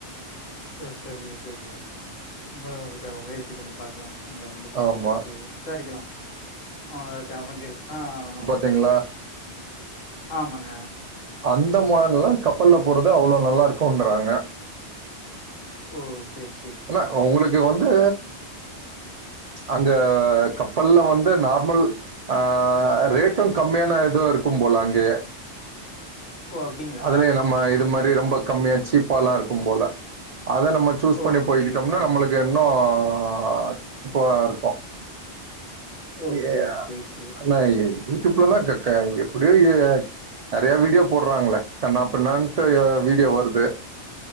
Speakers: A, on the left; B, on the right.
A: ஓ சரிங்க சரிங்க உங்கள ஒருக்க முயற்சி பண்ணி பாக்லா அங்க வந்துட்டு
B: ஆமா
A: ஏதாச்சி விசாரிக்கலா அவக்கு அமஞ்சிருச்சின்னா ஆ
B: திங்ளா
A: ஆமாங்க
B: அந்தமான்ல கப்பல்ல போறது அவ்ளோ நல்லா இருக்குன்றாங்க
A: ஓ சேர்
B: ஆனா உங்களுக்கு வந்து அங்க கப்பல்ல வந்து நார்மல் ஆ ரேட்டும் கம்மியான ஏதோ இருக்கும் போல அங்கே
A: ஓ அப்படிங்களா
B: அதுலே நம்ம இது மாரி ரொம்ப கம்மியா சீப்பாலா இருக்கும் போல அத நம்ம சூஸ்
A: ஓ
B: பண்ணி
A: ஓகே
B: போய்கிட்டோம்னா
A: ஓகே
B: நம்மளுக் இன்னு அ ப்பர இருக்கு
A: ஓகே
B: ஏ
A: ஓகே
B: அ
A: ஓகே
B: என்னா ஏய் யூடியூப்லனா க க எப்டியோ எ நறைய வீடியோ போர்றாங்ள கண்ணா பின்னான்ட்டு வீடியோ வருது